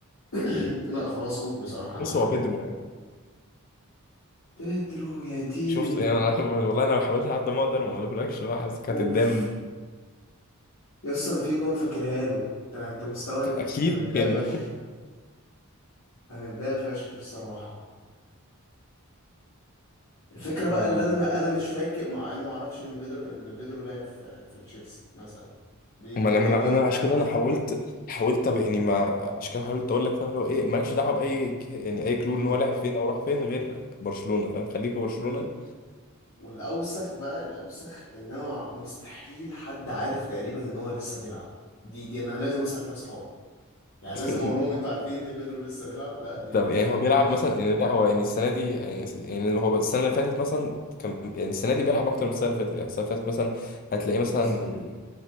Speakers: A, on the left (about 70°); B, on the left (about 40°).
A: <clears throat> لا خلاص قول بصراحه
B: بص
A: انا
B: هو بيدرو يعني
A: بيدرو يا ديني
B: شفت يعني انا <laughs> والله انا حاولت على قد ما اقدر ما اقولهولكش بقى حاسسك
A: اوف
B: هتتضايق
A: يا اسطى انا في جوان فاكرها له انت انت مستوعب
B: اكيد
A: انا متضايق
B: يعني
A: فشخ انا متضايق فشخ بصراحه الفكره
B: <laughs>
A: بقى
B: ما
A: اللي انا ما انا مش فاكر مع انا ما اعرفش ان بيدرو ان بيدرو لعب في في تشيلسي مثلا دي دي
B: ما انا
A: دي
B: ما انا
A: دي
B: أنا
A: انت
B: عشان كده
A: مثلا
B: انا حاولت حاولت أبقى- يعني ما عشان كده حاولت اقول لك فاهم اللي هو ايه مالكش دعوه باي ك- يعني اي كلو
A: امم
B: ان هو لعب فين او راح فين غير برشلونه فاهم خليك في برشلونه
A: وال والاوسخ بقى الاوسخ ان انا مستحيل حد عارف تقريبا ان هو لسه بيلعب دي دي انا لازم اسال فيها اصحابي يعني
B: <laughs>
A: لازم اقول لهم انتوا عارفين ان بيدرو لسه بيلعب لا دي
B: طب
A: دي
B: يعني
A: لا
B: هو بيلعب
A: عاش
B: مثلا يعني لا هو يعني السنه دي يعني يعني هو السنه اللي فاتت مثلا كان يعني السنه دي بيلعب اكتر من السنه اللي فاتت يعني السنه اللي فاتت مثلا هتلاقيه مثلا
A: اصلا